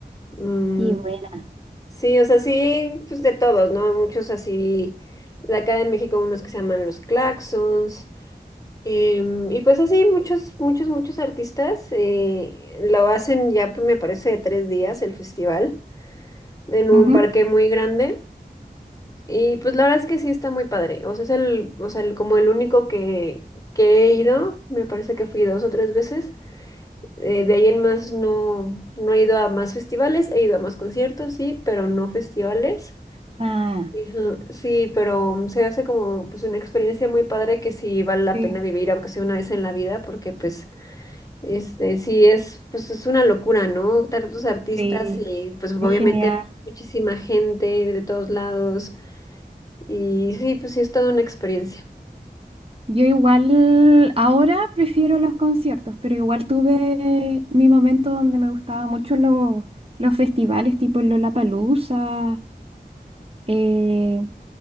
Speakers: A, on the left; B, on the right.
A: Mm,
B: Y buena.
A: Sí, o sea, sí, pues de todos, ¿no? Hay Muchos así, de acá de México unos que se llaman los Claxons, em, y pues así muchos, muchos, muchos artistas eh, lo hacen ya, pues, me parece, de tres días el festival, en un
B: Ujú.
A: parque muy grande, y pues la verdad es que sí está muy padre, o sea, es el, o sea, el- como el único que, que he ido, me parece que fui dos o tres veces, eh, de ahí en más no, no he ido a más festivales, he ido a más conciertos, sí, pero no festivales.
B: Ah,
A: Ajá, Sí, pero mm, se hace como pues una experiencia muy padre que sí vale la
B: sí,
A: pena vivir, aunque sea una vez en la vida, porque pues este sí es pues es una locura, ¿no? Tantos artistas
B: sí,
A: y pues obviamente
B: es genial.
A: hay muchísima gente de todos lados y sí, pues sí es toda una experiencia.
B: Yo igual ahora prefiero los conciertos, pero igual tuve mi momento donde me gustaban mucho los, los festivales tipo el Lollapalooza. eh,